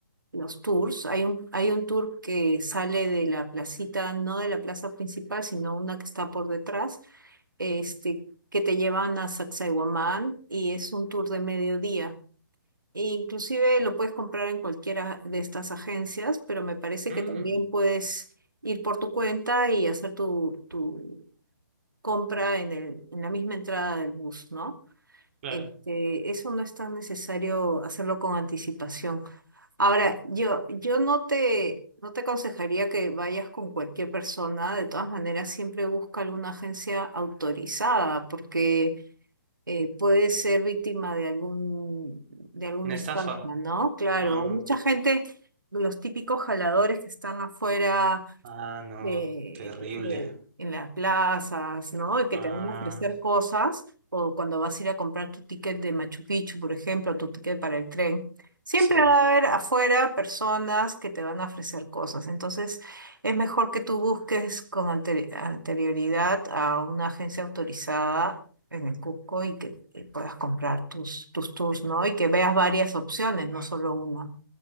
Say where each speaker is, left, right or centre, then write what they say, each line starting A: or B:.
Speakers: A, on the right (about 75°); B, on the right (about 35°).
A: los tours. Hay un, hay un tour que sale de la placita, no de la plaza principal, sino una que está por detrás, este, que te llevan a Sacsayhuamán y es un tour de mediodía e Inclusive lo puedes comprar en cualquiera de estas agencias, pero me parece
B: Mm,
A: que también puedes ir por tu cuenta y hacer tu, tu compra en el, en la misma entrada del bus, ¿no?
B: claro.
A: Este, eso no es tan necesario hacerlo con anticipación. Ahora, yo, yo no te, no te aconsejaría que vayas con cualquier persona. De todas maneras, siempre busca alguna agencia autorizada, porque eh, puede ser víctima de algún, de alguna
B: Una estafa.
A: estafa, ¿no? Claro,
B: Ah,
A: hay mucha gente, los típicos jaladores que están afuera
B: ah, no,
A: de,
B: terrible.
A: de- de- en las plazas, ¿no? Y que
B: Ah,
A: te van a ofrecer cosas, o cuando vas a ir a comprar tu ticket de Machu Picchu, por ejemplo, tu ticket para el tren, siempre
B: sí.
A: va a haber afuera personas que te van a ofrecer cosas. Entonces, es mejor que tú busques con anteri- anterioridad a una agencia autorizada en el Cusco y que, que puedas comprar tus, tus tours, ¿no? Y que veas varias opciones, no solo una.